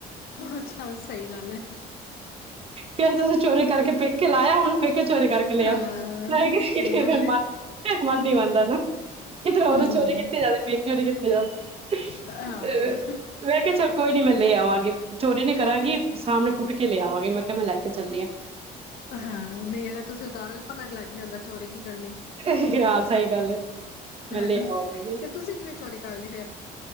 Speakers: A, on the left; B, on the right.
A: ਅੱਛਾ ਸਹੀ ਗੱਲ ਹੈ
B: ਕਹਿੰਦੇ ਤੁਸੀਂ ਚੋਰੀ ਕਰਕੇ ਪੇਕੇ ਲਾਇਆ ਹੁਣ ਫੇ ਚੋਰੀ ਕਰਕੇ ਲਿਆ
A: ਹਾਂ
B: ਮੈ ਕਿਹਾ
A: ਸਹੀ ਗੱਲ ਹੈ
B: <unintelligible> ਨਹੀ ਮੰਦਾ ਨਾ ਕਿੱਧਰ ਹੋਰੋ
A: ਹੂੰ,
B: ਚੋਰੀ ਕੀਤੀ ਜਾਵੇ ਪੇਕੇਯੋੰ ਨਈ ਕਿੱਤੀ ਜਾਂਦੀ
A: ਹਾਂ।
B: ਮੈਂ ਕਿਹਾ ਚਲ ਕੋਈ ਨਈ ਮੈਂ ਲੈ ਆਵਾਂਗੀ ਚੋਰੀ ਨੇ ਕਰਾਂਗੀ ਸਾਹਮਣੇ ਪੁੱ ਕੇ ਲੈ ਆਵਾਂਗੀ ਮੈਂ ਕਿਹਾ ਮੈਂ ਲੈ ਕੇ ਚੱਲੀ ਆ।
A: ਹਾਂ ਨਹੀਂ ਅਗਰ ਤੁਸੀਂ ਉਤਾਰੋਗੇ ਪਤਾ ਨੀ ਲੱਗ ਜਾਂਦਾ ਚੋਰੀ ਕੀ ਕਰਨ
B: ਹਾਂ ਸਹੀ ਗੱਲ ਏ ਮੈਂ
A: ਹਨਾ
B: ਲੈ ਆਵਾਂਗੀ।
A: ਤੇ ਤੁਸੀਂ ਕਿਵੇਂ ਚੋਰੀ ਕਰ ਲਈ ਫਿਰ